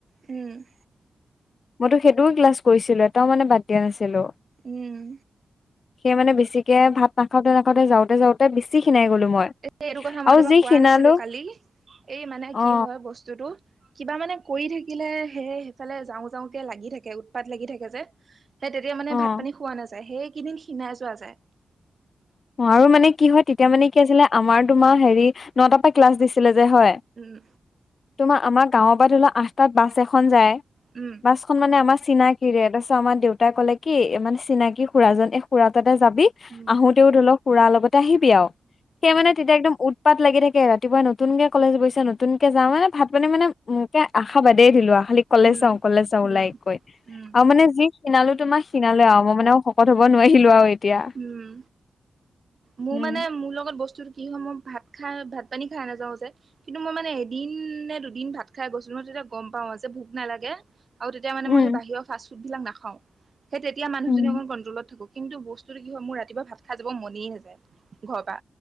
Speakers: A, on the right; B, on the left.
A: উম,
B: মইতো সেইটোও ক্লাছ কৰিছিলো এটাও মানে বাদ দিয়া নাছিলো।
A: উম
B: সেই মানে বেছিকে ভাত নাখাও আগতে যাওঁতে যাওঁতে বেচি ক্ষীনাই গলো মই।
A: এ এইটো কথা মই
B: আৰু
A: তোমাক
B: যি
A: কোৱা
B: খিনালো
A: নাছিলো কালি এই মানে কি
B: অ
A: হয় বস্তুটো কিবা মানে, কৰি থাকিলে সেয় সেইফালে যাওঁ যাওঁকে লাগি থাকে উৎপাত লাগি থাকে যে। হে‌ তেতিয়া মানে
B: অ
A: ভাত পানী খোৱা নাযায় সেইকেইদিন ক্ষীনাই যোৱা যায়।
B: আৰু মানে কি হয় তেতিয়া মানে কি আছিলে আমাৰ তোমাৰ হেৰিত নটাৰ পৰা ক্লাছ দিছিলে যে হয়।
A: উম
B: তোমাৰ আমাৰ গাঁওৰ পৰা ধৰি লোৱা আঠটাত বাছ এখন যায়।
A: উম,
B: বাছখন মানে আমাৰ চিনাকিৰে তাৰপিছত আমাৰ দেউতাই ক'লে কি ইমান চিনাকি খুৰাজন এই খুৰা তাতে যাবি।
A: উম
B: আহোতেও ধৰি লক খুৰাৰ লগতে আহিবি আৰু সেই মানে তেতিয়া একদম উৎপাত লাগি থাকি ৰাতিপুৱাই নতুনকে কলেজ গৈছে নতুন কে যাও মানে ভাত পানী মানে মোকে আশা বাদেই দিলো খালি কলেজ
A: উম
B: যাও কলেজ যাও
A: উম
B: ওলাই কৈ
A: উম
B: আৰু মানে যি, খিনালো তোমাক খিনালো আৰু মই মানে শকত হব নোৱাৰিলো আৰু এতিয়া।
A: উম মোৰ
B: উম
A: মানে মোৰ লগত বস্তুত কি সময় ভাত খাই ভাত পানী খাই নাযাওঁ যে কিন্তু মই মানে এদিন নে দুদিন ভাত, খাই গৈছিলো মই তেতিয়া গম পাও যে ভোক নালাগে আৰু তেতিয়া মানে
B: উম
A: মই সেই বাহিৰৰ ফাষ্ট ফুডবলাক নাখাওঁ। সেই তেতিয়া মুহজনী
B: উম।
A: অকণ কন্ট্ৰলত থাকো কিন্তু বস্তু কিন্তু কি হয় মোৰ ৰাতিপুৱা ভাত খাই যাব মনেই নাযায় ঘৰৰ পৰা।